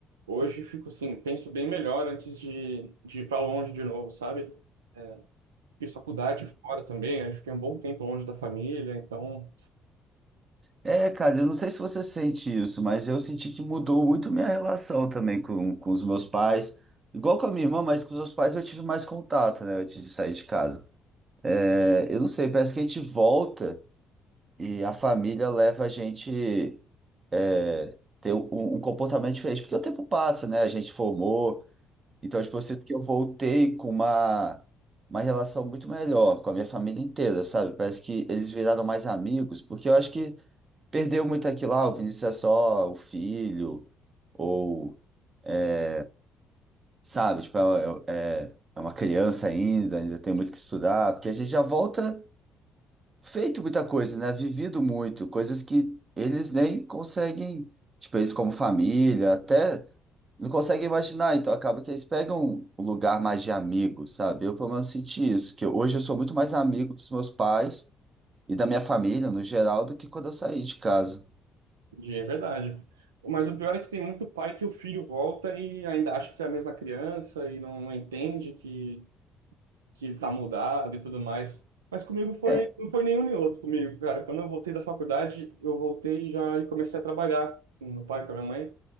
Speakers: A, on the right (about 90°); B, on the right (about 40°).
A: hoje fico assim, penso bem melhor antes de, de ir pra longe de novo, sabe? É, fiz faculdade fora também, acho que é um bom tempo longe da família, então...
B: É, cara, eu não sei se você sente isso, mas eu senti que mudou muito minha relação também com, com os meus pais. Igual com a minha irmã, mas com os meus pais eu tive mais contato, né, antes de sair de casa. É, eu não sei, parece que a gente volta e a família leva a gente é, ter um, um comportamento diferente, porque o tempo passa, né, a gente formou. Então, tipo, eu sinto que eu voltei com uma, uma relação muito melhor com a minha família inteira, sabe? Parece que eles viraram mais amigos, porque eu acho que perdeu muito aquilo, ah, o Vinícius é só o filho, ou, é, sabe, tipo, é, é, é é uma criança ainda, ainda tem muito que estudar, porque a gente já volta feito muita coisa, né? Vivido muito, coisas que eles nem conseguem, tipo, eles como família, até não conseguem imaginar, então acaba que eles pegam um lugar mais de amigo, sabe? Eu, pelo menos, senti isso, que hoje eu sou muito mais amigo dos meus pais e da minha família, no geral, do que quando eu saí de casa.
A: Entendi, É verdade. Mas o pior é que tem muito pai que o filho volta e ainda acha que é a mesma criança e não, não entende que, que tá mudado e tudo mais. Mas comigo foi,
B: É.
A: não foi nenhum nem outro comigo, cara. Quando eu voltei da faculdade, eu voltei já e comecei a trabalhar com meu pai, com a minha mãe.